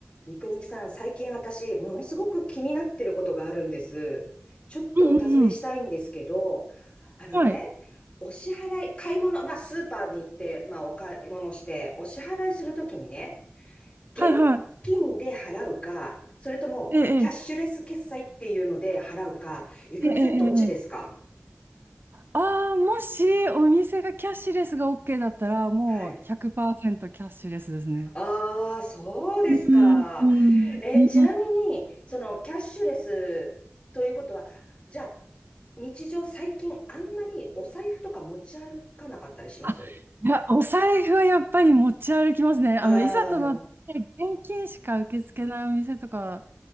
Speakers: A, on the left; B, on the right.
A: 三国さん、最近私、ものすごく気になってることがあるんです。ちょっとお尋ねしたいんですけど、
B: うんうんうん。
A: あのね、
B: はい。
A: お支払い、買い物、まあ、スーパーに行って、まあ、お買い物して、お支払いするときにね、現
B: はいはい。
A: 金で払うか、それとも、
B: ええ、
A: キャッシュレス決済っていうので払うか、ゆくみさん、
B: ええ、ええ、
A: どっちですか
B: ええ。ああ、もしお店がキャッシュレスが OK だったら、もう100%
A: はい。
B: キャッシュレスですね。
A: ああ、そうですか。
B: うん、うん、
A: え、
B: うん。
A: ちなみに、その、キャッシュレスということは、じゃあ、日常最近あんまりお財布とか持ち歩かなかったりしますう
B: あ、いや、お財布はやっぱり持ち歩きますね。あの、
A: ーん。
B: いざとなって現金しか受け付けないお店とか